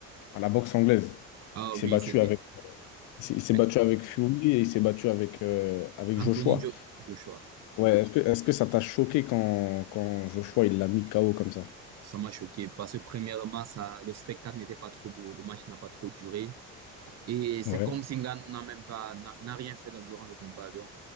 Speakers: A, on the left; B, on the right.
A: à la boxe anglaise,
B: Ah
A: il
B: oui,
A: s'est battu
B: c'était
A: avec, il s'est il s'est
B: eh,
A: battu avec Fury et il s'est battu avec, euh, avec
B: Anthony
A: Joshua.
B: Jo- Joshua.
A: Ouais, est-ce que, est-ce que ça t'a choqué quand, quand Joshua il l'a mis KO comme ça?
B: Ça m'a choqué parce que premièrement, ça, le spectacle n'était pas trop beau. Le match n'a pas trop duré. Et c'est
A: Ouais.
B: comme si Ngannou n'a même pas, n'a n'a rien fait dans- durant le combat. Donc,